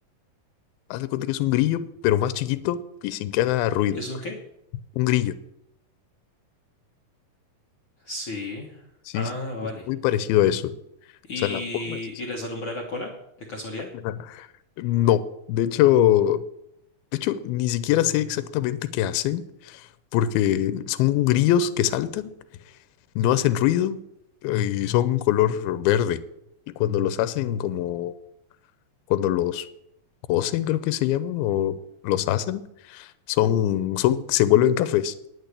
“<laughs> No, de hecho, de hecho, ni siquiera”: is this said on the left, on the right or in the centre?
Left